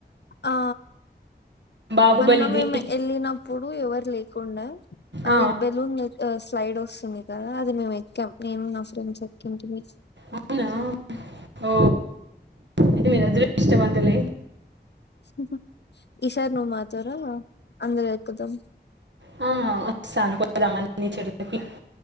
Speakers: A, on the left; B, on the right.
A: ఆ
B: బాహుబలిది
A: మొన్న మేము ఎళ్ళినప్పుడు ఎవరు లేకుండే అది
B: ఆ,
A: బెలూన్ స్లైడ్ వస్తుంది కదా అది మేము ఎక్కాం నేను నా ఫ్రెండ్స్ ఎక్కింటిమీ
B: అవునా ఓ... అయితే మీరు అదృష్టవంత దులే
A: ఓహ్ ఈసార్ నువ్ మాతొర అందరు ఎక్కుదాం
B: హ ఆస్తా పోదాం అన్ని చుడానికి